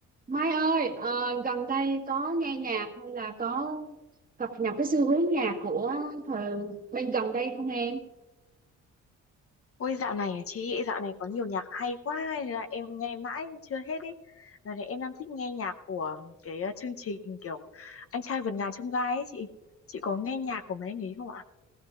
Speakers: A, on the right; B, on the left.
A: Mai ơi, ờ, gần đây có nghe nhạc hay là có cập nhật cái xu hướng nhạc của thời bên gần đây không em?
B: Ôi dạo này à chị, dạo này có nhiều nhạc hay quá hay là em nghe mãi chưa hết ấy. Dạo này em đang thích nghe nhạc của cái ờ, chương trình kiểu Anh trai vượt ngàn chông gai ấy chị. Chị có nghe nhạc của mấy anh ấy không ạ?